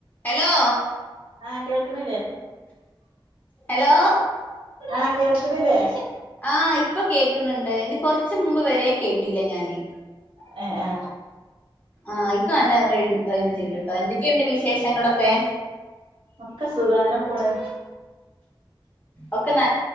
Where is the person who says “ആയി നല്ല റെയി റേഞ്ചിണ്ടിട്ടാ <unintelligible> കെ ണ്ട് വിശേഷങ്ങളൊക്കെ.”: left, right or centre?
Left